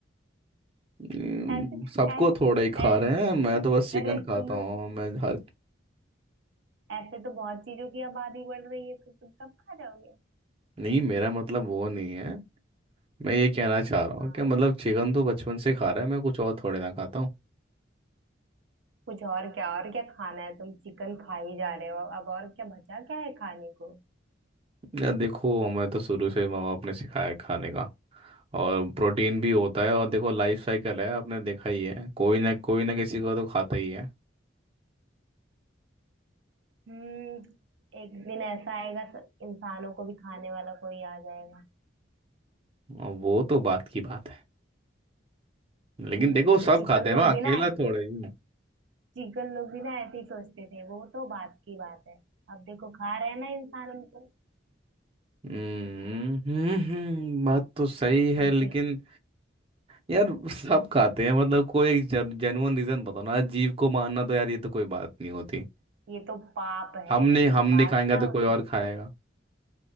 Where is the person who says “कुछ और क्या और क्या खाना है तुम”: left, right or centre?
Right